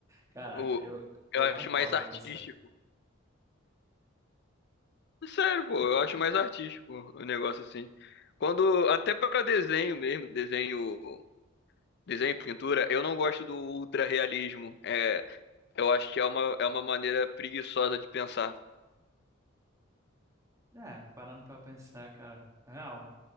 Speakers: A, on the right; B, on the left.
A: Cara,
B: O,
A: eu, eu
B: eu acho
A: concordo
B: mais artístico.
A: com você.
B: É Sério, pô, eu acho mais artístico o negócio assim. Quando, até para desenho mesmo, desenho, desenho e pintura, eu não gosto do ultra realismo. É, eu acho que é uma, é uma maneira preguiçosa de pensar.
A: É, parando pra pensar, cara. Real.